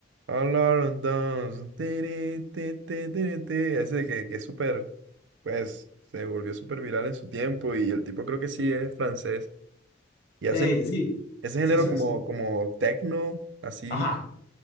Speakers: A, on the right; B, on the left.
A: Alarms Dance. tiri, ti, ti, tiri, ti. Ese que, que es súper, pues, se volvió súper viral en su tiempo y el tipo creo que sí es francés. Y hacen
B: Eh, sí,
A: ese género
B: sí, so-
A: como,
B: sí.
A: como techno, así
B: Ajá,